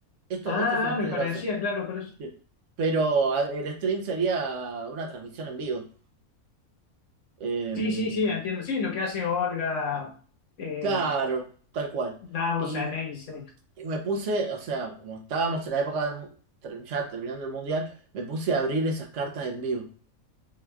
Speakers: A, on the right; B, on the left.
A: Esto,
B: Ah,
A: esto es un estudio
B: ah, me parecía,
A: de grabación.
B: claro, pero es-
A: Sí. Pero a- el stream sería una transmisión en vivo. Em,
B: sí, sí, sí, entiendo. Sí, lo que hace Olga, eh,
A: claro, tal cual.
B: Davos,
A: Y,
B: Ceneice.
A: y me puse, o sea, como estábamos en la época del mu- ter- ya terminando el mundial, me puse a abrir esas cartas en vivo.